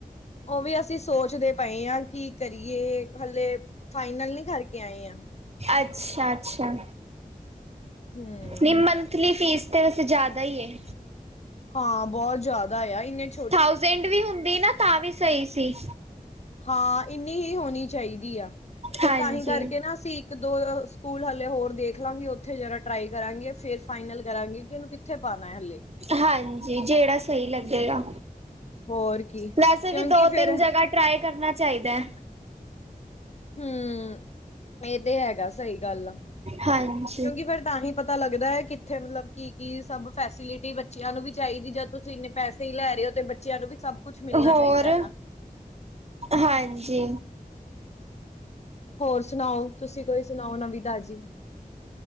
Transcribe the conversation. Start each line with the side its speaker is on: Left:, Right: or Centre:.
Left: ਉਹ ਵੀ ਅਸੀਂ ਸੋਚਦੇ ਪਏ ਹਾਂ ਕੀ ਕਰੀਏ ਹਲੇੇ ਫਾਈਨਲ ਨੀ ਕਰਕੇ ਆਏ ਆ।
Right: ਅੱਛਾ-ਅੱਛਾ
Left: ਹੂੰ।
Right: ਨਿਮਨ ਥਲੀ ਫੀਸ ਤਾਂ ਵੈਸੇ ਜ਼ਿਆਦਾ ਈ ਏ।
Left: ਹਾਂ ਬਹੁਤ ਜ਼ਾਦਾ ਆ ਇਹਨੇ ਚ
Right: ਥਾਊਜੈਂਡ ਵੀ ਹੁੰਦੀ ਨਾ ਤਾਂ ਵੀ ਸਹੀ ਸੀ।
Left: ਹਾਂ ਇੰਨੀ ਹੀ ਹੋਣੀ ਚਾਹੀਦੀ ਆ, ਫਿਰ
Right: ਹਾਂਜੀ
Left: ਤਾਂਹੀ ਕਰਕੇ ਨਾ ਅਸੀ ਕਿ ਦੋ ਸਕੂਲ ਹਲੇੇ ਹੋਰ ਦੇਖ ਲਾਂਗੇ, ਉੱਥੇ ਜਰਾ ਟਰਾਈ ਕਰਾਂਗੇ ਫੇਰ ਫਾਈਨਲ ਕਰਾਂਗੇ ਕਿ ਇਹਨੂੰ ਕਿ ਕਿਥੇ ਪਾਣਾ ਏ ਹਲੇ।
Right: ਹਾਂਜੀ ਜਿਹੜਾ ਸਹੀ ਲੱਗੇਗਾ।
Left: ਹੋਰ ਕੀ
Right: ਵੈਸੇ
Left: ਕਿਉਂਕਿ
Right: ਵੀ ਦੋ -ਤਿੰਨ
Left: ਫੇਰ
Right: ਜਗ੍ਹਾ ਟਰਾਈ ਕਰਨਾ ਚਾਹੀਦਾ ਐ।
Left: ਹਮ ਇਹ ਤੇ ਹੈਗਾ ਸਹੀ ਗੱਲ ਆ।
Right: ਹਾਂਜੀ
Left: ਕਿਉਂਕਿ ਫੇਰ ਤਾਂ ਹੀ ਪਤਾ ਲੱਗਦਾ ਐ ਕਿੱਥੇ ਮਤਲਬ ਕੀ ਕੀ ਸਭ ਫੈਸਿਲਿਟੀ ਬੱਚਿਆਂ ਨੂੰ ਵੀ ਚਾਹੀਦੀ ਜਦ ਤੁਸੀਂ ਇੰਨੇ ਪੈਸੇ ਈ ਲੈ ਰਹੇ ਹੋ, ਤੇ ਬੱਚਿਆਂ ਨੂੰ ਵੀ ਸਭ ਕੁਛ ਮਿਲਣਾ
Right: ਹੋਰ
Left: ਚਾਹੀਦਾ ਹੈਨਾ।
Right: ਹਾਂਜੀ
Left: ਹੋਰ ਸੁਣਾਓ ਤੁਸੀਂ ਕੋਈ ਸੁਣਾਓ ਨਵੀਂ ਤਾਜੀ